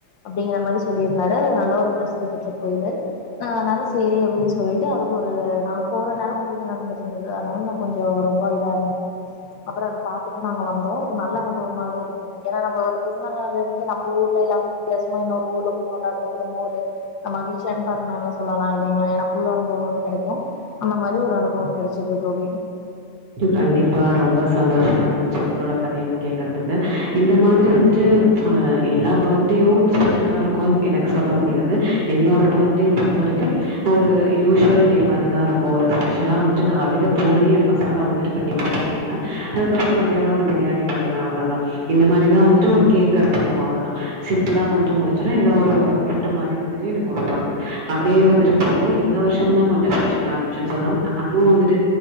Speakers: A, on the left; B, on the right.
A: அப்டிங்கற மாரி சொல்லிருந்தாரு அது நல்ல ஒரு பிரச தி பெற்ற கோயிலு அ நெனச் சேரி அப்டின் சொல்ட்டு அதுக்கு ஒரு நா போற நேரம் பூஜ நடந்துட்டு இருந்தது அதனால நா கொஞ்ச ரொம்ப இதா இருந்தது அப்பற அத பாத்துட்டு நாங்க வந்தோ ஒரு நல்ல அனுபவமாவே இருந்தது ஏன்னா நம்ம ஒரு பிறந்த நாள் அன்னைக்கு நம்ம ஊர்ல இல்லாம வித்தியாசமா இன்னொரு ஊர்ல போய் கொண்டாடுறது ரொம்ப ஒரு மகிழ்ச்சியான தருணனே சொல்லலா இல்லங்களா என புது அனுபவம் வந்து கெடைக்கும் அந்த மாரி ஒரு அனுபவ கெடச்சது தோழி
B: கண்டிப்பா ரொம்ப சந்தோஷமா இருந்துச்சு உங்களோட கதையு கேக்குறதுக்கு இந்த மாரி வந்துட்டு அ எல்லா பர்த்டேவு ஸ்பெஷலா இருக்கும்னு எனக்கு சொல்ல முடியாது என்னோட பர்த்டே பொறுத்த வரைக்கு ஒரு யூஸ்வல் டே மாரிதான் இருக்கும் ஒரு ஸ்பெஷலா வந்துட்டு காலயில பூரி அண்ட் ம சாலா வந்ட்டு கண்டிப்பா பண்ணிடுவே அதுக்கப்பற மதியானம் ஒரு பிரியாணி பண்ணுவே அவ்ளோதா இந்த மாரிதா வந்ட்டு ஒரு கேக் கட் பண்ணுவோம் அவ்ளதான் சிம்பிளா வந்துட்டு முடிஞ்சுரும் ஏதோ ஒரு கிப்ட் மாரி வந்துட்டு எனக்கு கொடுப்பாங்க அப்படியே வந்துட்டு போகும் இந்த வர்ஷ தா கொஞ்சம் ஸ்பெஷலா இருந்துச்சுன்னு சொல்லலா அதுவும் வந்துட்டு